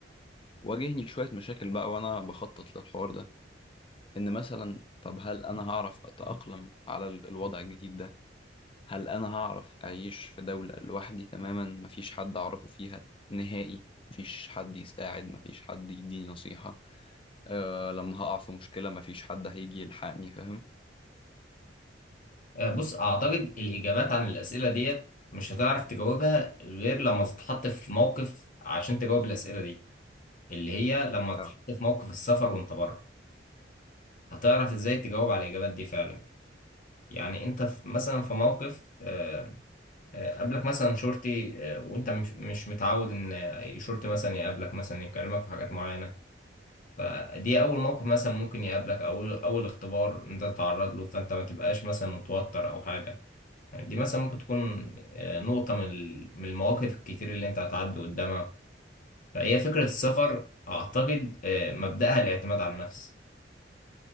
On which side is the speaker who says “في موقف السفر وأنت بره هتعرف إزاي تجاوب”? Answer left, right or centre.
Left